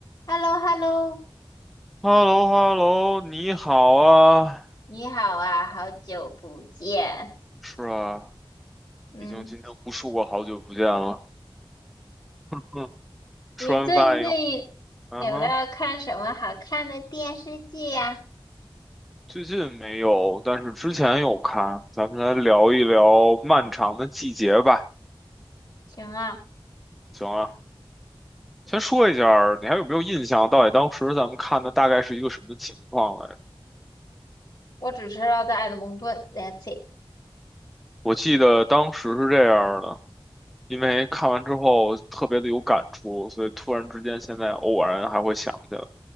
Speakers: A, on the left; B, in the centre.
A: h e l l o h e l l o
B: h e l l o h e l l o 你好啊。
A: 你好啊，好久不见。
B: 是啊，
A: 嗯，
B: 已经今天无数个好久不见了。嗯，
A: 你最近有没有看什么好看的电视剧呀、
B: 吃完饭以后，嗯哼，最近没有，但是之前有看。咱们来聊一聊漫长的季节吧，
A: 行啊，
B: 行啊。先说一下儿你还有没有印象？
A: 嗯
B: 到底当时咱们看的大概是一个什么情况来着？
A: 我只知道在爱德蒙顿 l e t s see。
B: 我记得当时是这样儿的，因为看完之后特别的有感触，所以突然之间现在偶然还会想起来。